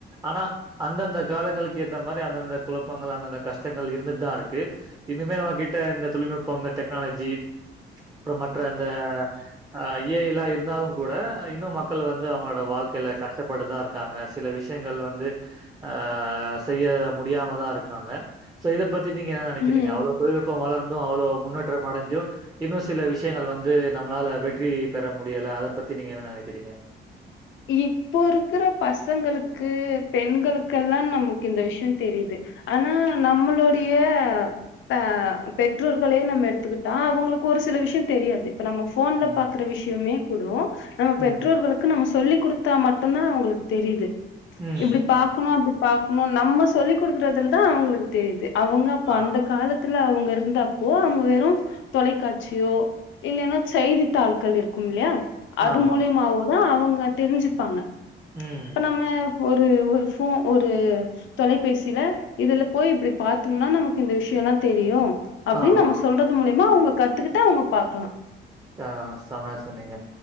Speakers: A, on the right; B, on the left.
A: ஆனா அந்தந்த காலங்களுக்கு ஏத்த மாரி அந்தந்த குழப்பங்கள் அந்தந்த கஷ்டங்கள் இருந்துட்டு தான் இருக்கு இன்னுமே நம்ம கிட்ட இந்த தொழில்நுட்பம் இந்த டெக்னாலஜி அப்புறம் மற்ற அந்த அ ஏ ஐ லாம் இருந்தாலும் கூட இன்னும் மக் கள் வந்து அவங்களோட வாழ்க்கைல கஷ்டப்பட்டு தான் இருக் காங்க சில விஷயங்கள் வந்து ஆஹ் செய்ய முடியாம தான் இருக்காங்க சோ இதை பத்தி நீங்க என்ன நினைக்கிறீங்க
B: ம்
A: அவ்ளோ தொழில்நுபம் வளர்ந்தும் அவ்வளவு முன்னேற்றம் அடைஞ்சும் இன்னும் சில விஷயங்கள் வந்து நம்மளால வெற்றி பெற முடியலை அதை பத்தி நீங்க என்ன நினைக்கிறீங்க
B: இப்போ இருக்கிற பசங்களுக்கு பெண்களுக்கெல்லாம் நமக்கு இந்த விஷயம் தெரியுது ஆனா நம்மளுடைய ப பெற்றோர்களே நம்ம எடுத்துக்கிட்டா அவங்களுக்கு ஒரு சில விஷயம் தெரியாது இப்ப நம்ம ஃபோன்ல
A: ம்.
B: பாக்குற விஷயமே கூட நம்ம
A: ம்.
B: பெற்றோர்களுக்கு நம்ம சொ சொல்லி்குடுத்தா மட்டும் தான் அவங்களுக்கு தெரியுது
A: ம்.
B: இப்படி பா க்கணும் அப்படி பாக்கணும் நம்ம சொல்லி் கொடுக்கறதல தான் அவங்களுக்கு தெரியுது அவங்க அப்ப
A: ஆ.
B: அந்த காலத் துல அவங்க இருந்தப்போ அவங்க வெறும் தொலைக்காட்சியோ இல்லன்னா செய்தித்தாள்கள் இருக்கும் இல்லையா அது
A: ஆமா.
B: மூலியமாவோதான் அவங்க தெரிஞ்சுப்பாங்க
A: ம்.
B: இப்ப நம்ம ஒரு ஒரு ஃபோ ஒரு தொலைபேசில இதுல போய் இப்படி பாத்தோம்னா நமக்கு இந்த விஷயம் எல்லாம் தெரியும் அப்டின்னு
A: ஆமா.
B: நம்ம சொல்றது மூலியமா அவங்க கத்துக்கிட்டு அவங்க பாக்கனும்
A: ஆஹ் சமைய சொன்னீங்க